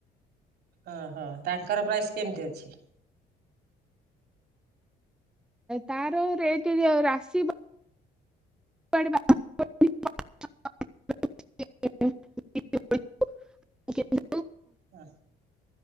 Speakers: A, on the right; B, in the centre.
A: ଓହୋ ତାଙ୍କର ପ୍ରାଇସ୍ କେମିତି ଅଛି?
B: ତାର ରେଟ ଅ ରାଶି <unintelligible> <inaudible>
A: ଆଁ